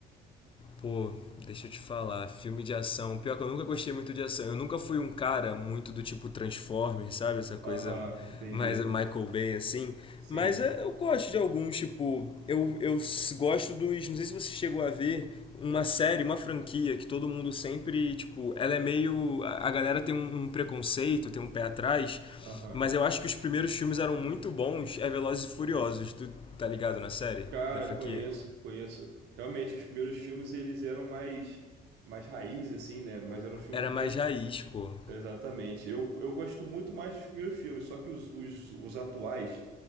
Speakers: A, on the left; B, on the right.
A: Pô, deixa eu te falar, filme de ação. Pior que eu nunca gostei muito de ação. Eu nunca fui um cara muito do tipo Transformers, sabe? Essa coisa
B: Aham, entendi.
A: mais Michael Bay, assim.
B: Sim,
A: Mas é, eu gosto de alguns, tipo. Eu, eu s- gosto dos. Não sei se você chegou a ver uma série, uma franquia que todo mundo sempre, tipo. Ela é meio. A a galera tem um, um preconceito, tem um pé atrás.
B: aham.
A: Mas eu acho que os primeiros filmes eram muito bons. É Velozes e Furiosos. Tu tá ligado na série?
B: Cara,
A: Na franquia?
B: conheço, conheço. Realmente, os primeiros filmes, eles eram mais, mais raiz, assim, né? Mas eram filmes
A: Era
B: bons.
A: mais raiz, pô.
B: Exatamente. Eu, eu gosto muito mais dos primeiros filmes, só que os, os, os atuais,